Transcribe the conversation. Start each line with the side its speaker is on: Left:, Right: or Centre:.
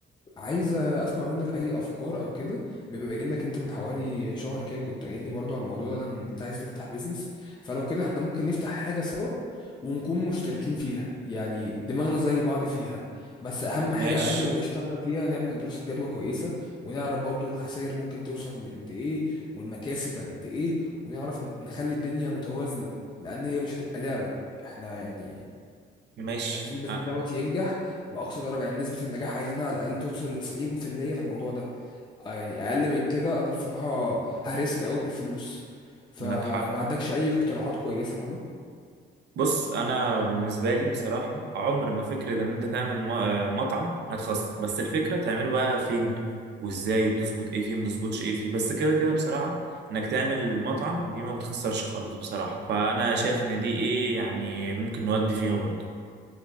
Left: عايز اسمع منك اي افكار او كده بما انك انت من حوالي شهر كده كنت قايل لي برضو على الموضوع ده ان انت عايز تفتح بيزنس فلو كده احنا ممكن نفتح حاجة سوا ونكون مشتركين فيها يعني دماغنا زي بعض فيها بس اهم
Right: ماشي
Left: حاجة قبل ما نشتغل فيها نعمل دراسة جدوى كويسة ونعرف برضو الخسائر ممكن توصل لقد ايه والمكاسب قد ايه ونعرف نخلي الدنيا متوازنة لان هي مش هتبقى لعبة احنا يعني
Right: ماشي
Left: احنا عايزين البيزنس
Right: آه،
Left: دوت ينجح بأقصى درجة يعني نسبة النجاح عايزينها على الأقل توصل لتسعين في المية في الموضوع ده آه يعني أقل من كده أنا بصراحة هريسك أوي بالفلوس فما
Right: معك حق
Left: عندكش أي اقتراحات كويسة فاهمة
Right: بص انا بالنسبه لي بصراحه عمر ما فكره ان انت تعمل م- آه، مطعم هتخسر بس الفكره تعمله بقى فين وازاي وتظبط ايه فيه وما تظبطش ايه فيه بس كده كده بصراحه انك تعمل مطعم دي ما بتخسرش خالص بصراحه فانا شايف ان دي ايه يعني ممكن نودي فيها برضه